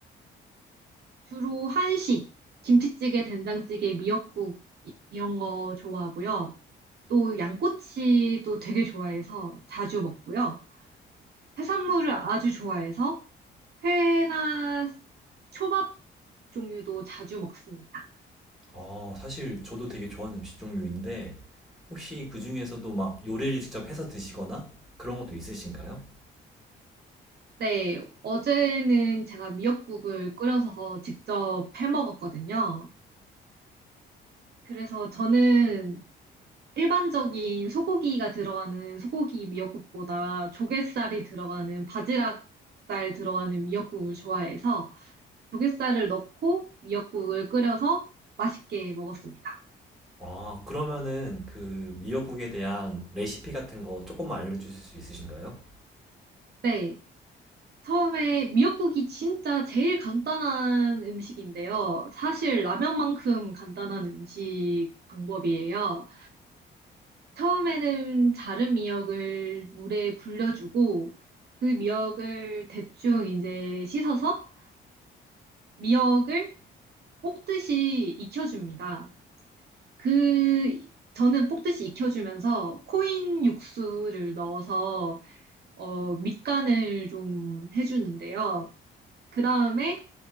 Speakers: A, on the right; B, in the centre.
A: 주로 한식, 김치찌개, 된장찌개, 미역국 이- 이런 거 좋아하고요. 또 양꼬치도 되게 좋아해서 자주 먹고요. 해산물을 아주 좋아해서 회나 초밥 종류도 자주 먹습니다.
B: 아, 사실 저도 되게 좋아하는 음식 종류인데, 혹시 그 중에서도 막 요리를 직접 해서 드시거나 그런 것도 있으신가요?
A: 네, 어제는 제가 미역국을 끓여서 직접 해 먹었거든요. 그래서 저는 일반적인 소고기가 들어가는 소고기 미역국보다 조갯살이 들어가는 바지락살 들어가는 미역국을 좋아해서 조갯살을 넣고 미역국을 끓여서 맛있게 먹었습니다.
B: 아, 그러면은 그 미역국에 대한 레시피 같은 거 조금만 알려주실 수 있으신가요?
A: 네. 처음에 미역국이 진짜 제일 간단한 음식인데요. 사실 라면만큼 간단한 음식 방법이에요. 처음에는 자른 미역을 물에 불려주고 그 미역을 대충 이제 씻어서 미역을 볶듯이 익혀줍니다. 그 저는 볶듯이 익혀주면서 코인 육수를 넣어서 어, 밑간을 좀 해주는데요. 그 다음에